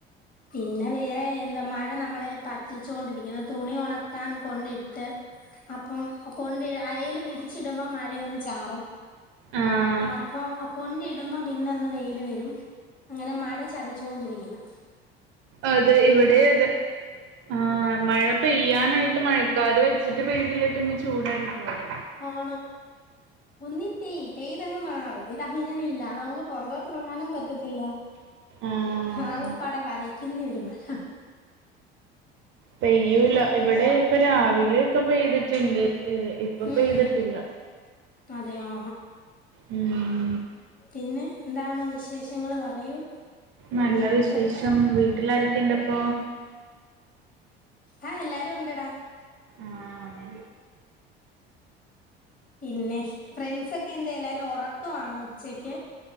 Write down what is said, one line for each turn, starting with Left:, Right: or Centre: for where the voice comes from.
Left: പിന്നെ വേറെ എന്താ മഴ നമ്മളെ പറ്റിച്ചോണ്ടിരിക്കുന്നു തുണി ഉണക്കാൻ കൊണ്ടിട്ട് അപ്പം കൊണ്ട് അയേൽ വിരിച്ചിടുമ്പോ മഴയൊന്ന് ചാറും
Right: ആഹ്
Left: അപ്പം കൊണ്ടിട്ട് കൂടുമ്പം പിന്നെ അങ്ങ് വെയിൽ വരും ഇങ്ങനെ മഴ ചതിച്ചോണ്ടിരിക്കുന്നു
Right: അതെ ഇവിടെ അതെ ആ മഴ പെയ്യാനായി ട്ട് മഴക്കാറ് വെച്ചിട്ട് പെയ്തില്ലേ പിന്നെ ചൂടായിരിക്കും അവ്
Left: ആണ് ഒന്നി പെയ്യ് പെയ്തങ്ങ് മാറ് ഇതങ്ങനെല്ല നമുക്ക് പൊറത്തോട്ട് ഇറങ്ങാനും പറ്റത്തില്ല
Right: ആഹ്
Left: ആകപാടെ വലെ ഇന്നിയൊരു മഴ
Right: പെയ്യൂല്ല ഇവിടെ ഇപ്പ രാവിലെക്കെ പെയ്തിട്ട്ണ്ട് എ ഇപ്പ
Left: ഉം
Right: പെയ്തിട്ടില്ല
Left: അതെയോ?
Right: മ്
Left: പിന്നെ എന്താണ് വിശേഷങ്ങള് പറയൂ
Right: നല്ല വിശേഷം
Left: പ്ര
Right: വീട്ടിലാരൊക്കെയുണ്ടപ്പോ
Left: ആഹ് എല്ലാരും ഉണ്ടടാ.
Right: ആഹ്
Left: പിന്നെ ഫ്രണ്ട്സോക്കെന്തേ എല്ലാരും ഒറക്കവാണോ ഉച്ചക്ക്?